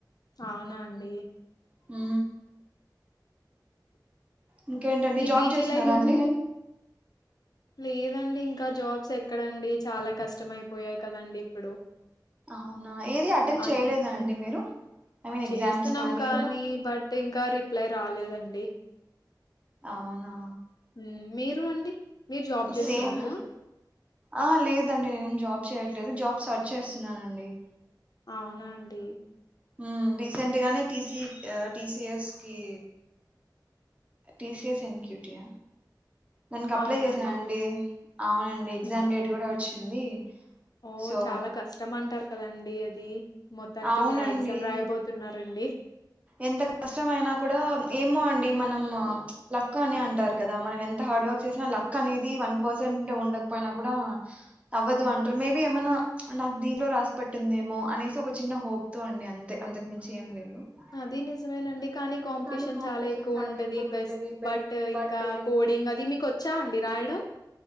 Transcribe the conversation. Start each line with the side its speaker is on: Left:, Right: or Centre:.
Left: అవునా అండి
Right: మ్ ఇంకేంటండి
Left: మీ
Right: జాబ్
Left: పీజీ
Right: చేస్తున్నారా
Left: లైఫ్
Right: అండి
Left: లేదండి ఇంకా జాబ్స్ ఎక్కడండి చాలా కష్టం అయిపోయాయి కదండి ఇప్పుడు
Right: అవునా ఏది అటెంప్ట్
Left: అం
Right: చేయలేదా అండి మీరు ఐ మీన్ ఎగ్జామ్స్
Left: చేస్తున్నాం
Right: కానీ
Left: బట్ ఇంకా రిప్లై రాలేదండి
Right: అవునా
Left: ఉమ్, మీరు అండి మీరు జాబ్ చేస్తున్నారా
Right: సేమ్ అన్ ఆ లేదండి నేనేం జాబ్ చేయట్లేదు జాబ్ సర్చ్ చేస్తున్నానండి
Left: అవునా అండి
Right: మ్ రీసెంట్ గానే టిసి అ టిసిఎస్ కి T CS N Q T యా దానికి అప్లై
Left: అవునా
Right: చేశానండి
Left: అండి
Right: అవునండి ఎగ్జామ్
Left: ఉమ్.
Right: డేట్ కూడా వచ్చింది
Left: ఓ
Right: సో
Left: చాలా కష్టం అంటారు కదండి అది మొత్తానికి
Right: అవునండి
Left: మీరు ఆ ఎగ్జామ్ రాయబోతున్నారండి
Right: ఎంత కష్టమయినా కూడా ఏమో అండి మనం లక్ అని అంటారు కదా మనం ఎంత హార్డ్ వర్క్ చేసినా లక్ క్ అనేది వన్ పర్సెంట్ ఉండకపోయినా కూడా అవ్వదు అంటారు మేబి ఏమన్నా నాకు దీనిలో రాసి పెట్టిందేమో అనేసి ఒక చిన్న హోప్ తో అండి అంతే అంతకు మించి ఏం లేదు నిజమేండి
Left: అది నిజమేనండి. కానీ
Right: కానీ కాంపిటీషన్
Left: ఎక్కువుంటది.
Right: చాలా ఎక్కువ
Left: బెస్
Right: ఉంటది బెస్ట్ బట్
Left: ఇంకా
Right: ఇ
Left: కోడింగ్ అది మీకొచ్చా అండి రాయడం?